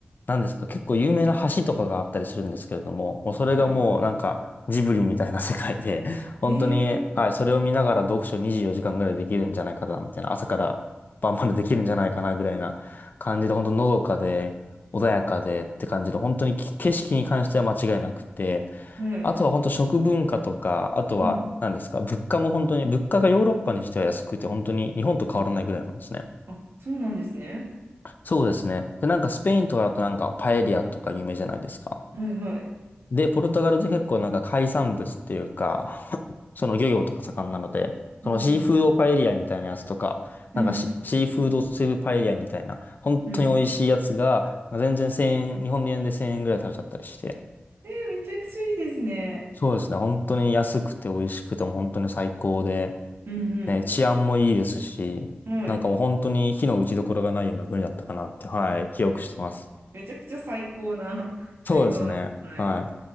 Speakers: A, on the left (about 50°); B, on the right (about 75°).
A: なんですか、結構有名な橋とかがあったりするんですけれども、もうそれがもうなんかジブリみたいな世界で、
B: は
A: <laughs> 本当に、
B: いええ
A: はい、それを見ながら読書24時間ぐらいできるんじゃないかな、みたいな、朝から晩までできるんじゃないかな、ぐらいな感じで、本当のどかで、穏やかでって感じで、本当にき景色に関しては間違いなくて、
B: ー、はい。
A: あとは本当食文化とか、あとは何ですか、
B: うん。
A: 物価も本当に、物価がヨーロッパにしては安くて、本当に日本と変わらないぐらいなんですね。
B: あ、そうなんですね。
A: そうですね。で、なんかスペインとかだとなんかパエリアとか有名じゃないですか。
B: はいはい。
A: で、ポルトガルって結構なんか海産物っていうか、<laughs> その漁業とか盛んなので、
B: うんうん。
A: そのシーフードパエリアみたいなやつとか、
B: うん
A: なんかシ、シーフードスープパエリアみたいな、本当に美味しいやつが、
B: うん。
A: 全然1000円、日本円で1000円ぐらい食べちゃったりして、
B: えー、めちゃくちゃいいですね。
A: そうですね、本当に安くて美味しくても本当に最高で、
B: うん
A: ね、治安もいいですし、
B: うん。はい。
A: なんかもう本当に火の打ちどころがないような国だったかなって、はい、記憶してます。
B: めちゃくちゃ最高な、<laughs> 最高な。
A: そうですね、
B: はい。
A: は